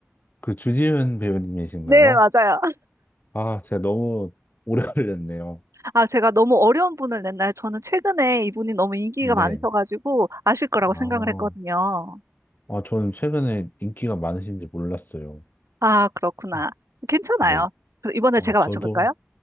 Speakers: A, on the left; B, on the right.
A: 그 주지훈 배우님이신가요?
B: 네, 맞아요. <laughs>
A: 아, 제가 너무 오래 <laughs> 걸렸네요.
B: 아, 제가 너무 어려운 분을 냈나요? 저는 최근에 이분이 너무 인기가
A: 네.
B: 많으셔가지고 아실 거라고 생각을
A: 아.
B: 했거든요.
A: 아, 저는 최근에 인기가 많으신지 몰랐어요.
B: 아, 그렇구나.
A: 어,
B: 괜찮아요.
A: 네.
B: 그럼 이번에
A: 어,
B: 제가
A: 저도,
B: 맞춰볼까요?